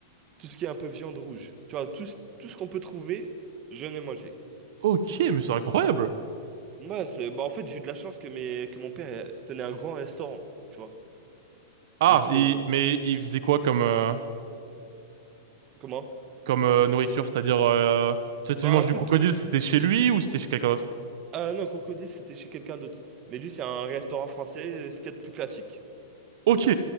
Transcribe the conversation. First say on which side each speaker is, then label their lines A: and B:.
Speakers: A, on the right; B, on the right.
A: tout ce qui est un peu viande rouge. Tu vois, tout, ce- tout ce qu'on peut trouver, je ai mangé.
B: Ok, mais c'est incroyable.
A: Moi, c'est, bah, en fait, j'ai eu de la chance que, mes, que mon père euh, tenait un grand restaurant, tu vois.
B: Ah,
A: Du coup,
B: et-
A: euh,
B: mais il faisait quoi comme euh,
A: comment?
B: comme euh, nourriture? C'est-à-dire euh, tu
A: Bah,
B: tu manges
A: un peu
B: du crocodile,
A: de tout.
B: c'était chez lui ou c'était chez quelqu'un d'autre?
A: Ah non, crocodile, c'était chez quelqu'un d'autre. Mais lui, c'est un restaurant français, euh, ce qu'il y a de plus classique.
B: Ok.